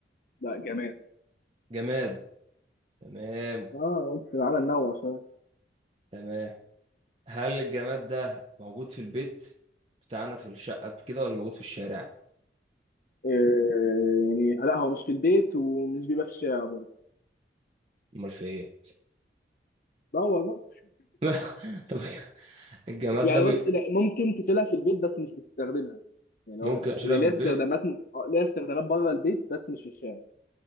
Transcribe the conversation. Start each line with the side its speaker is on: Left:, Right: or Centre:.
Left: لا جمال
Right: جماد تمام
Left: اه قلت تعالى ننوع شويه
Right: تمام هل الجماد ده موجود في البيت بتاعنا في الشقة كده ولا موجود في الشارع
Left: إيه يعني لا هو مش في البيت ومش بيبقى في الشارع برضه
Right: امال في ايه
Left: دور بقى
Right: <laughs> طب الجماد
Left: يعني
Right: ده بي...
Left: بس لا ممكن تشيلها في البيت بس مش بتستخدمها يعني
Right: ممكن
Left: هو
Right: اشتريها
Left: هي
Right: في
Left: ليها
Right: البيت
Left: استخدامات آه، ليها استخدامات بره البيت بس مش في الشارع